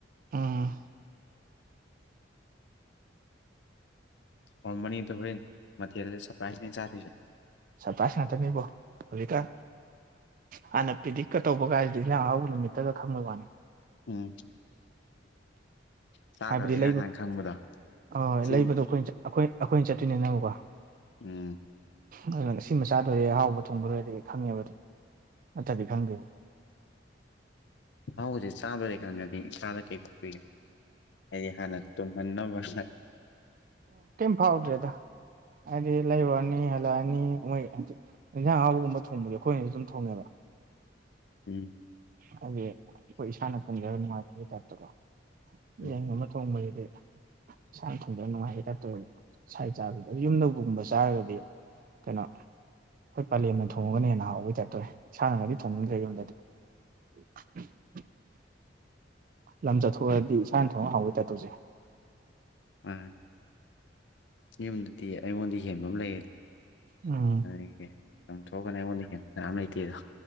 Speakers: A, on the right; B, on the left.
A: ꯎꯟ
B: ꯍꯣꯔ ꯃꯅꯤꯗꯨ ꯍꯣꯔꯦꯟ ꯃꯊꯦꯜ ꯁꯔꯄ꯭ꯔꯥꯏꯖꯅꯦ ꯆꯥꯗꯣꯏꯁꯦ
A: ꯁꯨꯔꯣꯔꯤꯁꯦ ꯉꯥꯛꯇꯅꯦꯕꯣ ꯍꯧꯖꯤꯛꯀꯥꯟ ꯍꯥꯟꯅ ꯄ꯭ꯔꯤꯗꯤꯛꯀ ꯇꯧꯕ ꯀꯥꯏꯁꯤꯗꯤ ꯏꯪꯟꯖꯥꯛ ꯑꯍꯧꯎꯕ ꯅꯨꯃꯤꯠꯇꯒ ꯈꯪꯕꯩ ꯋꯥꯅꯤ
B: ꯎꯝ ꯆꯥꯗꯧꯋꯒ
A: ꯍꯥꯏꯕꯗꯤ ꯂꯩꯕ
B: ꯍꯥꯡ ꯈꯪꯕꯗ
A: ꯍꯣꯏ
B: ꯁꯤ
A: ꯂꯩꯕꯗꯣ ꯑꯩꯈꯣꯏ ꯑꯩꯈꯣꯏ ꯑꯩꯈꯣꯏꯅ ꯆꯠꯇꯣꯏꯅꯦ ꯅꯪꯀꯣ
B: ꯎꯝ
A: ꯑꯗꯨꯅ ꯉ ꯁꯤ ꯃꯆꯥꯥꯗꯣꯏꯔꯦ ꯑꯍꯥꯎꯕ ꯊꯣꯡꯕꯔꯣꯏꯔ ꯈꯪꯉꯦꯕ ꯑꯗꯨꯝ ꯅꯠꯇ꯭ꯔꯗꯤ ꯈꯪꯗꯦꯕ
B: ꯑꯍꯧꯕꯁꯦ ꯆꯥꯗꯣꯔꯦ ꯈꯪꯉꯥꯗꯤ ꯏꯁꯥꯗ ꯀꯩ ꯐꯧꯕꯤꯒꯦ ꯑꯩꯗꯤ ꯍꯥꯟꯅ ꯇꯨꯍꯟꯅꯕ
A: ꯍꯥꯎꯗ꯭ꯔꯔꯤꯗ ꯍꯥꯏꯗꯤ ꯂꯩꯔꯨꯔꯨꯔꯅꯤ ꯍꯜꯂꯛꯑꯅꯤ ꯃꯣꯏ ꯍꯥꯏꯗꯤ ꯌꯦꯟꯖꯥꯡ ꯍꯥꯎꯕꯒꯨꯝꯕ ꯊꯣꯡꯕꯗ ꯑꯩꯈꯣꯏꯅꯁꯨ ꯑꯗꯨꯝ ꯊꯣꯡꯉꯦꯕ
B: ꯎꯝ
A: ꯍꯥꯏꯗꯤ ꯑꯩꯈꯣꯏ ꯏꯁꯥꯅ ꯊꯣꯡꯖꯔꯒ ꯅꯨꯡꯉꯥꯏꯖꯒꯤ ꯇꯥꯏꯞꯇꯀꯣ
B: ꯎꯝ
A: ꯌꯦꯡ ꯑꯃ ꯊꯣꯡꯕꯒꯤꯗꯤ ꯏꯁꯥꯅ ꯊꯣꯡꯕ ꯅꯨꯡꯉꯥꯏꯌꯦꯦ ꯀ ꯇꯧꯔ ꯁꯥꯏ ꯆꯥꯕꯗ ꯌꯨꯝꯗꯧꯕꯒꯨꯝꯕ ꯆꯥꯔꯒꯗꯤ ꯀꯩꯅꯣ ꯑꯩꯈꯣꯏ ꯄꯂꯦꯝꯅ ꯊꯣꯡꯉꯒꯅ ꯍꯦꯟꯅ ꯍꯥꯎꯧꯕꯩ ꯇꯥꯏꯞꯇꯣꯔꯦ ꯏꯁꯥꯅꯒꯗꯤ ꯊꯣꯡꯅꯤꯡꯗ꯭ꯔꯦ ꯌꯨꯝꯣꯟꯗꯗꯤ <inaudible> ꯂꯝ ꯆꯠꯊꯣꯛꯑꯗꯤ ꯏꯁꯥꯅ ꯊꯣꯡꯅ ꯍꯥꯎꯋꯦ ꯇ ꯇꯧꯁꯦ
B: <unintelligible> ꯌꯨꯝꯗꯗꯤ ꯑꯩꯉꯣꯟꯗꯤ ꯍꯦꯟꯕ ꯑꯃ ꯂꯩꯌꯦꯗꯣ
A: ꯎꯝ
B: ꯑꯗꯨ ꯅ ꯊꯒꯅꯦꯣꯟꯥꯟꯇꯗ